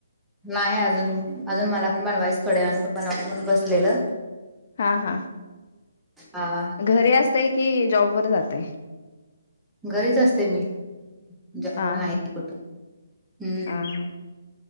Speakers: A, in the centre; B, on the left.
A: नाही अजून, अजून मला पण बनवायचं थोड्याच वेळाने बनवा म्हून बसलेलं.
B: हा, हा.
A: हां.
B: घरी असते की जॉब वर जातय?
A: घरीच असते मी जॉबला
B: हा हा
A: नाही कुठं हम्म-
B: हा हा